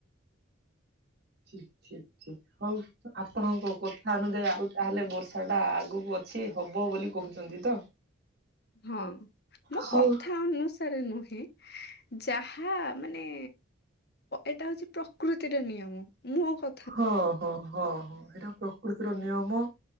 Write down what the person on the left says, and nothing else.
ହଁ ମୋ
କଥା ଅନୁସା ନୁହେଁ ଯାହା ମାନେ ଏଇଟା ହଉଛି ପ୍ରକୃତିର ନିୟମ ମୋ କଥା